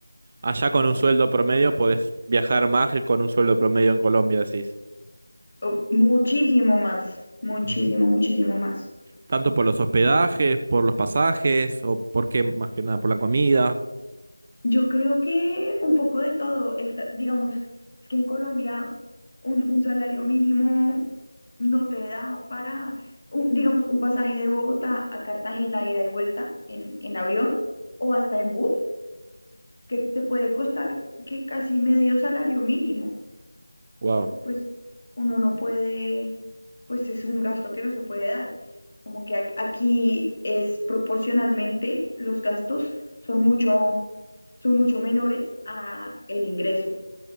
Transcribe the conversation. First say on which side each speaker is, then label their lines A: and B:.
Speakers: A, on the right (about 25°); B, on the left (about 45°).
A: Allá con un sueldo promedio podés viajar más que con un sueldo promedio en Colombia, decís.
B: Oh, Muchísimo más, muchísimo,
A: Ujú.
B: muchísimo más.
A: Tanto por los hospedajes, por los pasajes, o por qué, más que nada, por la comida.
B: Yo creo que un poco de todo, el tra- digamos, es que en Colombia un, un salario mínimo no te da para, un- digamos, un pasaje de Bogotá a Cartagena, ida y vuelta en, en avión o hasta en bus, que te puede costar que casi medio salario mínimo.
A: Wow,
B: pues uno no puede, pues es un gasto que no se puede dar. Como que ac- aquí es proporcionalmente los gastos son mucho, son mucho menores a el ingreso.